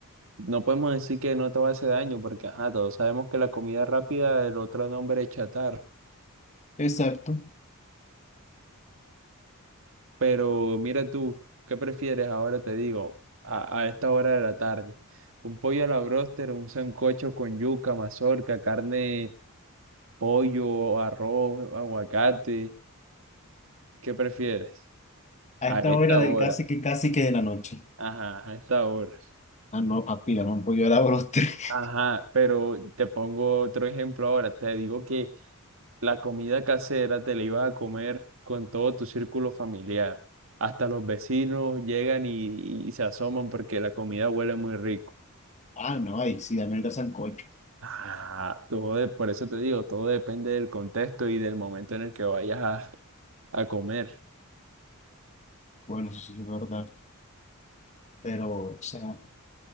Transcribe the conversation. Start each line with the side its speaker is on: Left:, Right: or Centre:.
Right: no podemos decir que no te va a hacer daño, porque ajá, todos sabemos que la comida rápida, el otro nombre es chatarra.
Left: Exacto.
Right: Pero mira tú, ¿qué prefieres ahora? Te digo, a, a esta hora de la tarde. Un pollo a la bróster, un sancocho con yuca, mazorca, carne, pollo, arroz, aguacate. ¿Qué prefieres?
Left: A
Right: A
Left: esta
Right: esta
Left: hora del
Right: hora.
Left: casi que casi que de la noche.
Right: Ajá, a esta hora.
Left: Ah, no, papi, dame un pollo a la broster. <laughs>
Right: Ajá, pero te pongo otro ejemplo ahora. Te digo que la comida casera te la ibas a comer con todo tu círculo familiar. Hasta los vecinos llegan y, y se asoman porque la comida huele muy rico.
Left: Ah, no, ahí sí, dame el sancocho.
Right: Ah, todo de- por eso te digo, todo depende del contexto y del momento en el que vayas a, a comer.
Left: Bueno, eso sí es verdad. Pero, o sea,